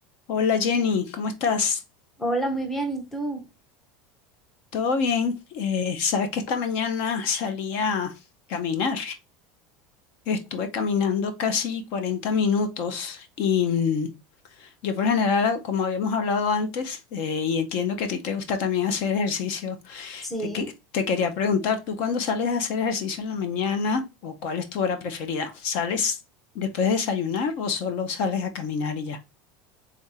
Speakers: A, on the left (about 45°); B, in the centre.
A: Hola Jenny, ¿cómo estás?
B: Hola, muy bien. ¿Y tú?
A: ¿Todo bien? Eh, sabes que esta mañana salí a caminar. Estuve caminando casi 40 minutos y mm, yo por lo general, ah, como habíamos hablado antes, eh, y entiendo que a ti te gusta también hacer ejercicio,
B: Sí.
A: te, que- te quería preguntar, ¿tú cuándo sales a hacer ejercicio en la mañana o cuál es tu hora preferida? ¿Sales después de desayunar o solo sales a caminar y ya?